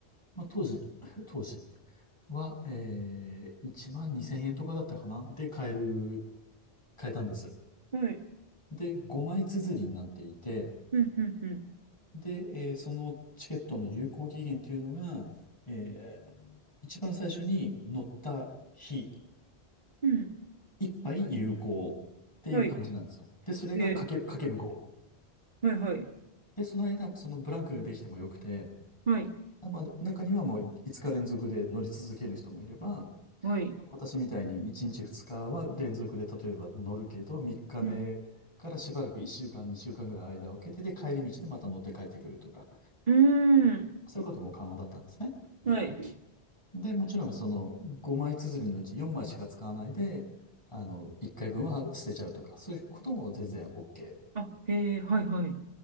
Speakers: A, on the left (about 25°); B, on the right (about 40°).
A: まあ、当時、<laughs> 当時は、えー、1万2千円とかだったかなで買える、買えたんです。
B: はい。
A: で、5枚綴りになっていて、
B: うん、うん、う
A: で、えーそのチケットの有効期限というのが、えー一番最初に乗った日
B: ん。うん。
A: 一杯有効っていう感じなんですよ。
B: はい。
A: で、それがかけ、
B: え
A: かける5。
B: ーはい、はい、
A: で、その間、そのブランクができてもよくて、
B: はい、
A: あまあ、中にはもう5日連続で乗り続ける人もいれば、
B: はい。
A: 私みたいに1日2日は連続で例えば乗るけど、3日目からしばらく1週間、
B: うん。
A: 2週間ぐらい間を空けて、で、帰り道でまた乗って帰ってくるとか、
B: うーん。
A: そういうことも可能だったんですね。
B: はい。
A: で、もちろんその5枚綴りのうち4枚しか使わないで、あの、1回分は捨てちゃうとか、そういうことも全然 OK。
B: あ、へえ、はい、はい。